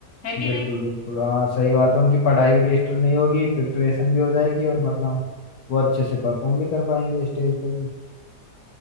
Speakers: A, on the left (about 55°); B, on the left (about 70°).
A: है कि
B: बिल्कुल
A: नहीं
B: बिल्कुल हाँ सही बात है उनकी पढ़ाई भी डिस्टर्ब नहीं होगी प्रिपरेशन भी हो जाएगी और मतलब वो अच्छे से परफॉर्म भी कर पाएंगे स्टेज पे भी